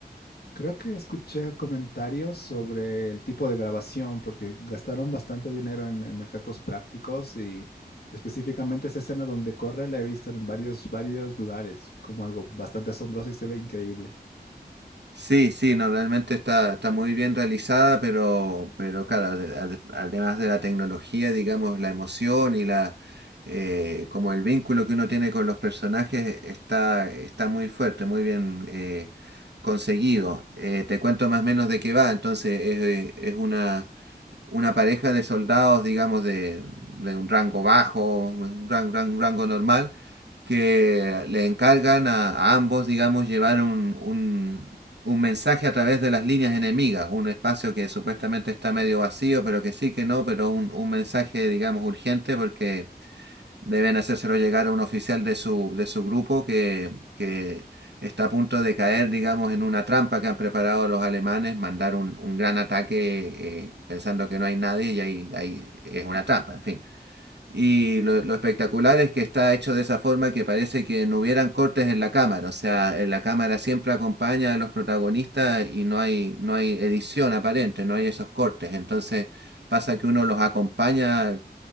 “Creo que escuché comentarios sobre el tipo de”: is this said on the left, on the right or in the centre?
Left